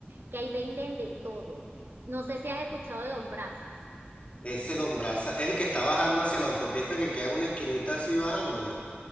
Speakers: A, on the right; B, on the left.
A: que ahí venden de todo. No sé si has escuchado Lombrazas.
B: Ese Don Brasa es el que está bajando hacia la autopista que queda en una esquinita así bajando, ¿no?